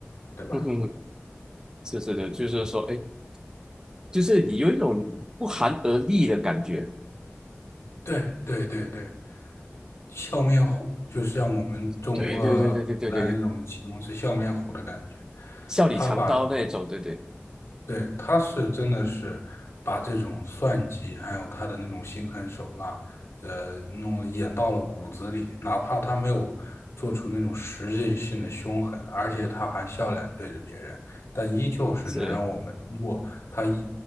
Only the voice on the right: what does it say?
嗯哼，是是的，就是说，哎，就是你有一种不寒而栗的感觉。
对对对对对对对，笑里藏刀那种，
对对
是，